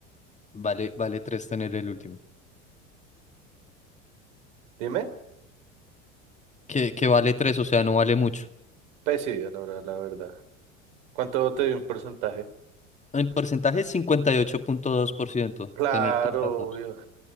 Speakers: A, on the left; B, on the right.
A: Vale, vale tres tener el último.
B: Dime,
A: Que, que vale tres, o sea, no vale mucho.
B: pues sí, la verdad, la verdad. ¿Cuánto te dio un porcentaje?
A: En porcentaje, cincuenta y ocho punto dos por ciento
B: Claro,
A: tener todas las apps.
B: obvio.